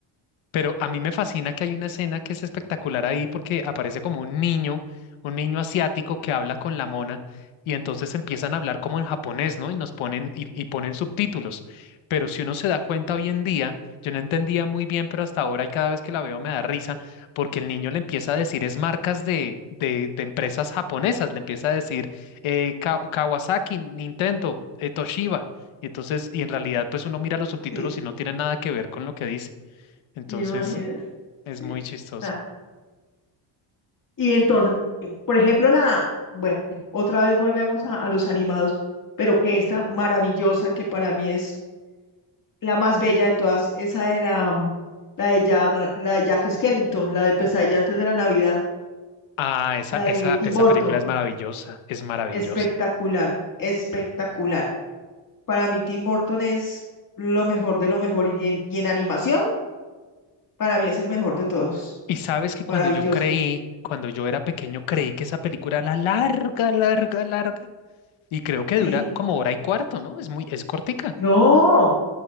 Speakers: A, on the left (about 75°); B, on the left (about 40°).
A: Pero a mí me fascina que hay una escena que es espectacular ahí porque aparece como un niño, un niño asiático que habla con la mona y entonces empiezan a hablar como en japonés, ¿no? Y nos ponen y, y ponen subtítulos. Pero si uno se da cuenta hoy en día, yo no entendía muy bien, pero hasta ahora y cada vez que la veo me da risa porque el niño le empieza a decir es marcas de, de, de empresas japonesas, le empieza a decir eh, Ka- Kawasaki, Nintendo, eh, Toshiba. Y entonces, y en realidad, pues uno mira los subtítulos
B: Sí,
A: y no tiene nada que ver con lo que dice. Entonces
B: imagínate.
A: es
B: Sí.
A: muy chistoso.
B: <laughs> Y entonces, por ejemplo, la, bueno, otra vez volvemos a, a los animados, pero que esta maravillosa, que para mí es la más bella de todas, esa de la, mm, la de Jack, la de Jack Skellington, la de Pesadilla antes de la Navidad,
A: Ah, esa,
B: la
A: esa,
B: de Tim
A: esa
B: Burton,
A: película es maravillosa, es maravillosa.
B: espectacular, espectacular. Para mí Tim Burton es lo mejor de lo mejor y en, y en animación, para mí es el mejor de todos.
A: Y sabes que cuando
B: Maravilloso.
A: yo creí, cuando yo era pequeño, creí que esa película era larga, larga, larga. Y creo que
B: Sí.
A: dura como hora y cuarto, ¿no? Es muy, es cortica.
B: No,